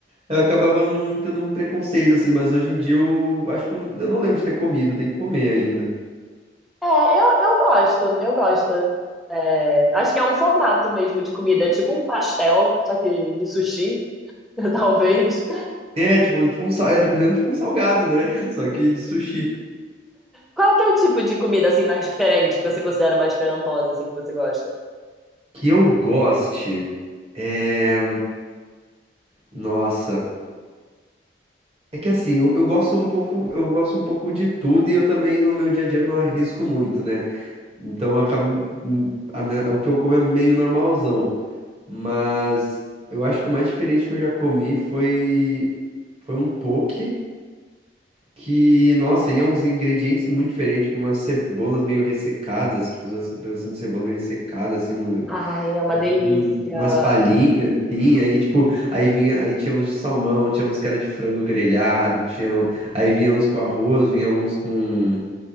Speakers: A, on the right; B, in the centre.
A: eu acabava não tendo um preconceito, assim, mas hoje em dia eu acho que eu, eu não lembro de ter comido, tem que comer ainda.
B: É, eu, eu gosto, eu gosto. É, acho que é um formato mesmo de comida, é tipo um pastel, só que de sushi, <laughs> talvez.
A: É, tipo, um, tipo um, sal- é, tá comendo tipo um salgado, né? <laughs> Só que de sushi.
B: Qual que é o tipo de comida assim mais diferente que você considera mais diferentona, assim, que você gosta?
A: Que eu goste. é, Nossa, é que assim, eu, eu gosto um pouco, eu gosto um pouco de tudo e eu também no meu dia a dia eu não arrisco muito, né? Então eu acabo,
B: Sim.
A: hum, a minha- o que eu como é meio normalzão, mas eu acho que o mais diferente que eu já comi foi foi um poke Que, nossa, iam uns ingredientes muito diferentes, tipo umas cebolas meio ressecadas, assim, tipo umas pedacinhos de cebola meio ressecada, assim, um,
B: Ai, é uma
A: parecia
B: delícia.
A: um- umas palhinhas, assim, aí, tipo, aí vinha, aí tinha uns de salmão, tinha uns que era de frango grelhado, tinha, um- aí vinha uns com arroz, vinha uns com...